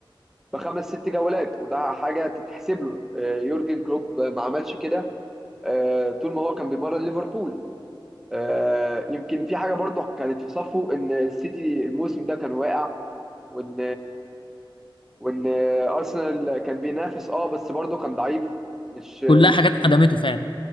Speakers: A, in the centre; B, on the left (about 70°).
A: بخمس ست جولات وده حاجه تتحسب له آه، يورجن كلوب ما عملش كده آه، طول ما هو كان بيمرن ليفربول آه، يمكن في حاجه برضه كانت في صفه ان السيتي الموسم ده كان واقع وان وان ارسنال كان بينافس اه بس برضه كان ضعيف مش مش
B: كلها حاجات خدمته فعلا